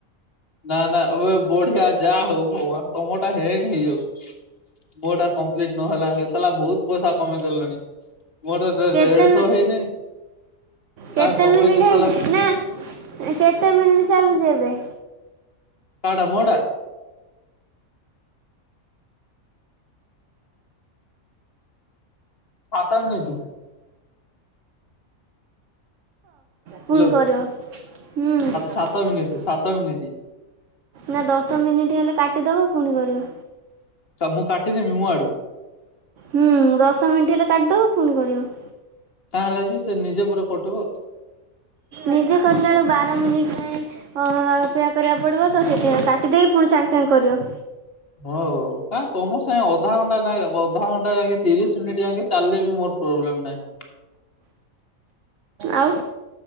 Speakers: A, on the left; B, on the right.
A: ନା ନା ଏବେ ବଢିଆ ଯାହା ହଉ ଭଗବାନ ତମ ଟା ହେଙ୍ଗ ହେଇଯାଉ। ମୋଟା କମ୍ପ୍ଲିଟ ନହଲା ସଲା ବହୁତ ପଇସା କମେଇ ଦେଲେଣି। ମୋର ଆଡେ
B: କେତେ
A: ଦେଢଶହ ହେଇନି
B: କେତେ
A: ଆ ତମେ
B: ମିନିଟ୍
A: ଦି
B: ହେଇଛି
A: ସାଲା
B: ନା କେତେ ମିନିଟ୍ ଚାଲୁଛି ଏବେ?
A: କାଡା ମୋଡା? <unintelligible> ହ୍ୟାଲୋ
B: ପୁଣି କରିବ ହୁଁ।
A: ସାତ ମିନିଟ୍ ସାତ ମିନିଟ୍
B: ନା ଦଶ ମିନିଟ୍ ହେଲେ କାଟିଦବ ପୁଣି କରିବ।
A: ତ ମୁଁ କାଟିଦେବି ମୁଁ ଆଡୁ।
B: ହୁଁ ଦଶ ମିନିଟ୍ ହେଲେ କାଟିଦବ ପୁଣି କରିବ।
A: ତା ହେଲା ଯେ ସେ ନିଜେ ପୁର କଟିବ।
B: ନିଜେ କଟିଲା ବେଳକୁ ବାର ମିନିଟ ଯାଇ ଅ ଅପେକ୍ଷା କରିବାକୁ ପଡିବ। ତ ସେଥି କାଟି ଦେଇକି ପୁଣି ସାଙ୍ଗେ ସାଙ୍ଗେ କରିବ।
A: ହଉ କାଇଁ ତମ ସାଙ୍ଗେ ଅଧା ଘଣ୍ଟା ନାକେ ଅଧାଘଣ୍ଟା ଯାକେ ତିରିଶ ମିନିଟ୍ ଯାକେ। ଚାଲିଲେ ବି ମୋର ପ୍ରୋବଲେମ ନାହିଁ।
B: ଆଉ।